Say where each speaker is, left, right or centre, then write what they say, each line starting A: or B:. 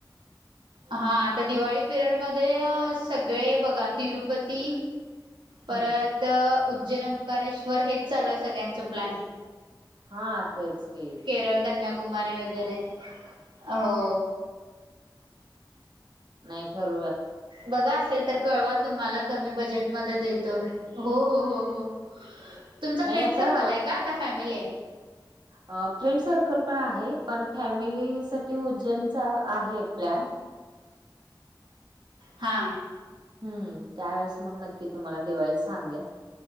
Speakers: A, on the right (about 75°); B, on the right (about 65°).
A: हा आता दिवाळी पिरियड मध्ये सगळे बघा, तिरुपती
B: हम्म
A: परत उज्जैन, ओकारेश्वर हेच चालू आहे सगळ्यांचं प्लॅन
B: हा, तेच की
A: केरळ कन्याकुमारी वगैरे. आ, हो
B: नाही ठेव
A: बघा असेल तर, कळवा तुम्हाला कमी बजेट मध्ये देतो, हो, हो, हो, हो तुमचा
B: नाही
A: फ्रेंड
B: आता
A: सर्कल आहे का? का फॅमिली हाय?
B: फ्रेंड सर्कल पण आहे, पण फॅमिली साठी उज्जैनचा आहे प्लॅन.
A: हा.
B: हम्, त्यावेेळेस मग नक्की तुम्हाला दिवाळीत सांगेन.